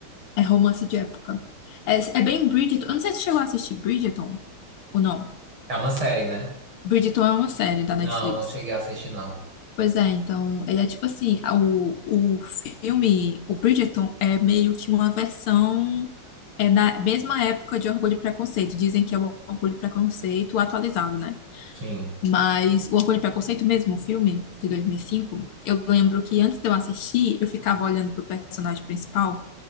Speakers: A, on the left; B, on the right.
A: É romance de época. É, é bem Bridgerton. Eu não sei se você chegou a assistir Bridgerton ou não.
B: É uma série, né?
A: Bridgerton é uma série da
B: Não,
A: Netflix.
B: não cheguei a assistir, não.
A: Pois é, então, ele é tipo assim, a- o, o filme, o Bridgerton é meio que uma versão é na mesma época de Orgulho e Preconceito. Dizem que é o Orgulho e Preconceito atualizado, né?
B: Sim.
A: Mas o Orgulho e Preconceito mesmo, o filme de 2005, eu lembro que antes de eu assistir, eu ficava olhando pro personagem principal